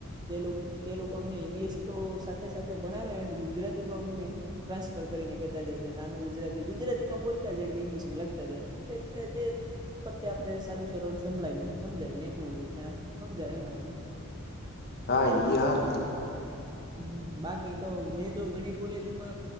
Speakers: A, on the right; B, on the left.
A: તે લોકો તે લોકો અમને ઇંગ્લિશ તો સાથે સાથે ભણાવે અને ગુજરાતી પણ અમને ટ્રાન્સફર કરીને કેતા જાય કે તનું ગુજરાતી ગુજરાતી માં બોલતા જાય ને ઇંગ્લશમાં લખતા જાય <unintelligible> પરતે આપડે સાદું સરળ સંભાળી જાયએ સમજાય જાય એમ રીતે સમજાવે એમ આપડે.
B: હા ઈ હારુ.
A: હ બાકી તો મેં તો ઘણી કોલેજોમાં